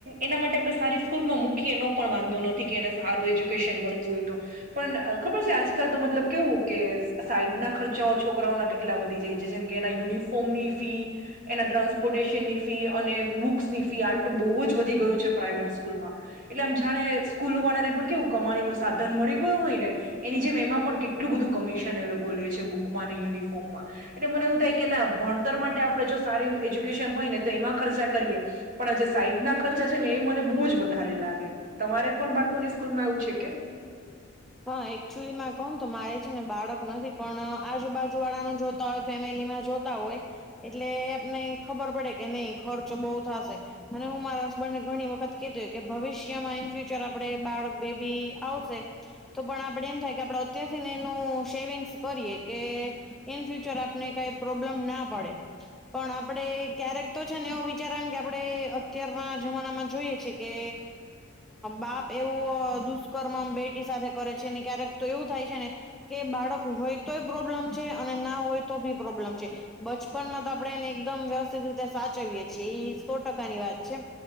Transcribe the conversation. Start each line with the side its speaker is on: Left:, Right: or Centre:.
Right: એના માટે આપણે સારી સ્કૂલમાં મૂકીએ એનો પણ વાંધો નથ. એને સારું એજ્યુકેશન મળતું હોય તો. પણ ખબર છે આજકાલ તો મતલબ કેવું કે સાઈડ ના ખર્ચાઓ છોકરાઓના કેટલા વધતી જાય છે જેમ કે એના યુનિફોર્મની ફી એના ટ્રાન્સપોર્ટેશનની ફી અને બુક્સની ફી આટલું બહુ જ વધી ગયું છે પ્રાઇવેટ સ્કૂલમાં. એટલે આમ જાણે સ્કૂલો વાળા ને પણ કેવું કમાણીનુંું સાધન મળી ગયું હોયને એની જેમ એમાં પણ કેટલું બધું કમિશન એ લોકો લે છે બુકમાં ને યુનિફોર્મમાં. એટલે મને એવું થાય કે ના ભણતર માટે આપણે જો સારું એજ્યુકેશન હોય ને તો એમાં ખર્ચા કરીએ. પણ આ જે સાઈડ ના ખર્ચા છે ને એ મને બહુ જ વધારે લાગે તમારે? પણ બાળકો ની સ્કૂલ માં એવું છે કે
Centre: હા એકચુલી કહું તો મારે છે ને બાળક નથી પણ આજુબાજુ વાળાનું જો ફેમિલીમાં જોતા હોય એટલે આપને ખબર પડે કે નહી ખર્ચો બહુ થશે. અને હું મારા હસબન્ડ ને ઘણી વખત કધુંય કે ભવિષ્યમાં ઈન ફ્યુચર આપડ બાળક બેબી આવશે. તો પણ આપડણે એમ થાય કે આપડ અત્યારથી ને એનું શેવિંગ્સ કરીએ કે ઈન ફ્યુચર આપને કઈ પ્રોબ્લેમ ના પડે. પણ આપડણે ક્યારેક તો છે ને એવો વિચાર કે આપડણે અત્યારના જમાનામાં જોઈએ છે કે બાપ એવું દુષ્કર્મ બેટી સાથે કરે છે ને ક્યારેક તો એવું થાય છે ને કે બાળક હોય તોય પ્રોબ્લેમ છે અને ના હોય તો ભી પ્રોબ્લેમ છે. બચપન માં તો આપણે એને એકદમ વ્યવસ્થિત રીતે સાચવીએ છીએ એ સો ટકાની વાત છે.